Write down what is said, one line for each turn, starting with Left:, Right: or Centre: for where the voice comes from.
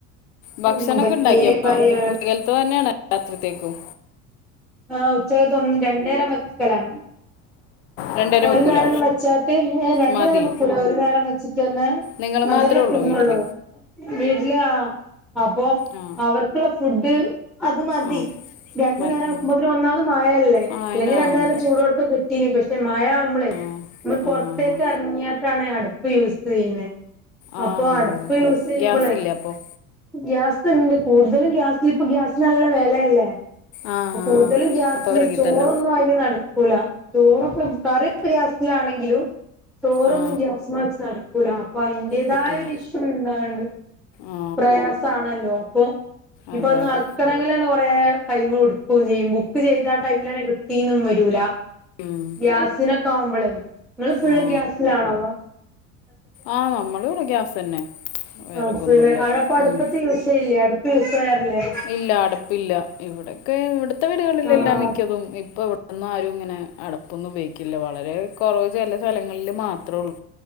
Left: ഭക്ഷണൊക്കെ
Centre: എന്തൊക്കെ
Left: ഉണ്ടാക്കിയപ്പ
Centre: പറയാ
Left: ഉച്ചകലത്ത് തന്നെയാണ രാത്രിത്തേക്കും.
Centre: ആ ഉച്ചകത്ത് ഒന്ന് രണ്ടേരം വക്കലാണ്.
Left: രണ്ടുപേരെ
Centre: ഒരു
Left: വെക്കൂല
Centre: നേരം വെച്ചാട്ട് രണ്ടു
Left: മതി
Centre: നേരം വെക്കൂല ഒരു നേരം വെച്ചിട്ട് തന്നെ.
Left: നിങ്ങൾ
Centre: അതല്ലേ
Left: മാത്രമേ ഉള്ളൂ
Centre: തിന്നോളൂ.
Left: വീട്ടിൽ
Centre: വീട്ടില് ആ അപ്പൊ
Left: ആ
Centre: അവർക്കുള്ള ഫുഡ്. അത് മതി
Left: ആ
Centre: രണ്ടു
Left: മതി
Centre: നേരം.
Left: ആ
Centre: മുപ്പത്തിന് ഒന്നാമത് മഴല്ലേ
Left: ആ
Centre: ഇല്ലെങ്കിൽ
Left: എന്നാ
Centre: രണ്ടു
Left: അതെ
Centre: തന്നെ ചൂടുടക്കെ കിട്ടീനി പക്ഷെ പക്ഷെ മഴ ആവുമ്പോളേ
Left: ആ
Centre: നമ്മൾ
Left: ആ
Centre: പുറത്തേക്ക്
Left: ഹാ ഹാ
Centre: ഇറങ്ങിയട്ടാണ് അടുപ്പ് യൂസ് ചെയ്യുന്നത്.
Left: ആ
Centre: അപ്പൊ അടുപ്പ്
Left: ഓ
Centre: യൂസ്
Left: ഓ
Centre: ചെയ്യുമ്പോളെ.
Left: ഗ്യാസ് ഇല്ല അപ്പോൾ
Centre: ഗ്യാസ് ഉണ്ട്, കൂടുതലും ഗ്യാസിൽ ഇപ്പ ഗ്യാസ് നല്ല വിലയല്ലേ.
Left: ആ
Centre: കൂടുതലും
Left: ആ
Centre: ഗ്യാസിന്
Left: അപ്പോൾ വിറകിൽ
Centre: ചോറൊന്നും
Left: തന്നെ
Centre: അയില് നടക്കൂല. ചോറൊക്കെ, കറിക്കെ ഗ്യാസിലാണെങ്കിലും ചോറൊന്നും
Left: ആ
Centre: ഗ്യാസ് വച്ചാണ്. ല അപ്പൊ അതിന്റേതായ
Left: പറ്റൂല
Centre: ഒരു ഇഷ്യൂ ഇണ്ടണ്ട്
Left: ആ
Centre: പ്രയാസ ആണല്ലോ. അപ്പൊ ഇപ്പൊ
Left: അതെ അതെ
Centre: നറക്കണമെങ്കിൽ തന്നെ കുറെ ടൈമ് കൊടു ബുക്ക്ചെയും ബുക്ക് ചെയ്ത ആ ടൈമില് തന്നെ കിട്ടീന്നും വരൂല.
Left: ഉം.
Centre: ഗ്യാസിനൊക്കെ ആവുമ്പോളേ. നിങ്ങള് ഫുള്ള്
Left: ആ
Centre: ഗ്യാസിലാണോ വ-
Left: ആ നമ്മൾ ഇവിടെ ഗ്യാസ് തന്നെ. വിറകൊന്നുമില്ല
Centre: ആ പിള്ളേര് അവിടെ അടുപ്പത്ത്
Left: ഉം.
Centre: യൂസ് ചെയ്ല്ലേ. അടുപ്പ് യൂസ് ചെയ്യാറില്ലേ.
Left: ഇല്ല അട്പ്പില്ല ഇവിടക്കെ ഇവിട്ത്തെ വീടുകളിൽ
Centre: ആ
Left: എല്ലാം മിക്കതും ഇപ്പ ഇ അന്നും ആരും ഇങ്ങനെ അടപ്പൊന്നും ഉപയോഗിക്കില്ല. വളരെ കുറവ് ചെല സ്ഥലങ്ങളിൽ മാത്രമേ ഉള്ളൂ.